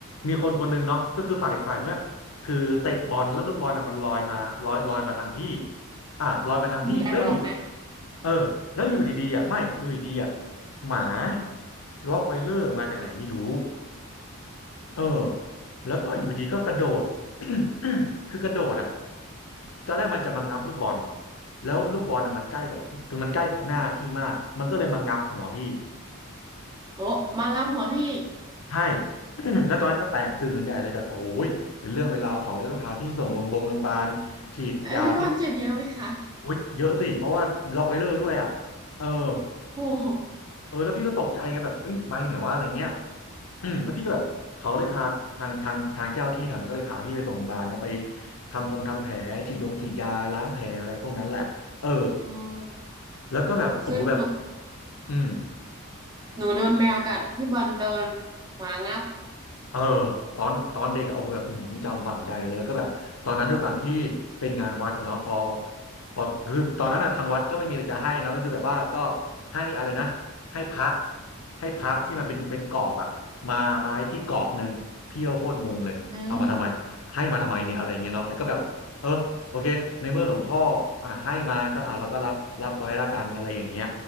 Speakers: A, on the left; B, on the right.
A: มีคนคนหนึ่งเนาะก็คือฝ่ายฝ่ายเมื่อคือเตะบอลแล้วลูกบอลน่ะมันลอยมาลอยลอยมาทางพี่อ่ะลอยมาทางพี่แล้วอยู่
B: นี่อย่าบอกนะ
A: เออแล้วอยู่ดีๆอ่ะไม่อยู่ดีๆอ่ะหมาล็อกไวเลอร์มาจากไหนไม่รู้
B: อ๋อ
A: เออแล้วก็อยู่ดีก็กระโดด <coughs> คือกระโดดอ่ะตอนแรกมันจะมางับลูกบอลแล้วลูกบอลน่ะมันใกล้กับมันใกล้กับหน้าพี่มากมันก็เลยมางับหัวพี่
B: โอ้มางามหัวพี่
A: ใช่ <clears throat> แล้วตอนนั้นก็แตกตื่นใหญ่เลยแบบโอ้ยเป็นเรื่องเป็นราวของเลยต้องพาพี่ส่งโรงพยาบาลโรงพยาบาลฉีดยาพิษ
B: แต่พี่บอลเจ็บเยอะไหมคะ
A: โอ้ยเยอะสิ เพราะว่าล็อกไวเลอร์ด้วยอ่ะเออ
B: โอ้โห
A: เออแล้วพี่ก็ตกใจไงแบบเอ้ยไม่ไหนว่าอะไรเงี้ยอืมแล้วพี่ก็แบบเขาเลยพาทางทางทางเจ้าที่แถวนั้นก็เลยพาพี่ไปส่งโรงพยาบาลเนาะไปทำพงทำแผลฉีดยงฉีดยาล้างแผลอะไรพวกนั้นแหละเออ
B: อืม
A: แล้วก็แบบโอ้โหแบบ
B: คือหนู
A: อืม
B: หนูโดนแมวกัดพี่บอลโดนหมางับ
A: เออตอนตอนเด็กอะโอ้โหแบบอื้อหือจำฝังใจเลยแล้วก็แบบตอนนั้นด้วยความที่เป็นงานวัดอะเนาะพอพอคือตอนนั้นอะทางวัดก็ไม่มีอะไรจะให้เนาะก็คือแบบว่าก็ให้อะไรนะให้พระให้พระที่มันเป็นเป็นกรอบอะมามาให้พี่กรอบหนึ่งพี่ก็โคตรงงเลยเอามาทำไม
B: อืม
A: ให้มาทำไมเนี่ยอะไรเงี้ยเนาะแต่ก็แบบเออโอเคในเมื่อหลวงพ่ออ่ะให้มาก็อ่ะเราก็รับรับไว้ละกันอะไรอย่างเงี้ย